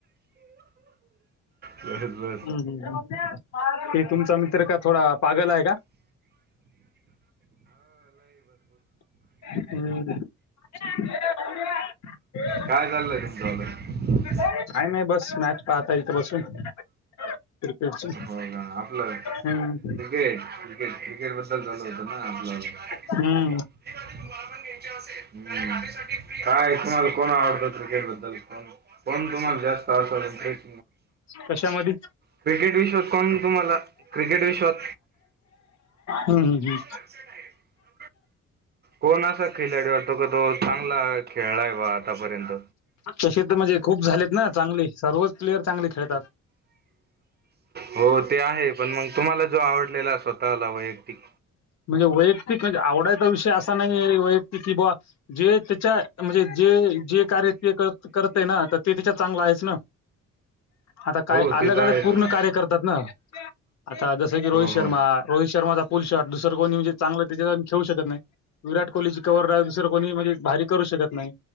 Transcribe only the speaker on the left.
<inaudible>
तुमचा मित्र का थोडा पागल आहे का <inaudible>
का नाही बस मॅच पाहता इथ बसून क्रिकेटची
हम्म
हम्म
कशा मध्ये?
हम्म हम्म
हम्म.
चष तर म्हणजे खूप झालेत ना चांगले सर्व प्लेयर चांगले खेळतात
म्हणजे म्हणजे आवडायचा विषय असा नाही वै कि बा <unintelligible> जे त्याच्या म्हणजे जे जे कार्य ते करत आहे ना तर ते त्याच्यात चांगलं आहेच ना आता काय
अलग
अलग
पूर्ण
कार्य करतात ना आता जस की रोहित
श शर्मा
रोहित शर्मा चा पुुल शर्ट दुसर कोणी म्हणे चांगलं त्याच्या खेळू शकत नाही विराट कोहलीची कवर रा दुसरं कोणी म्हणजे भारी करू शकत नाही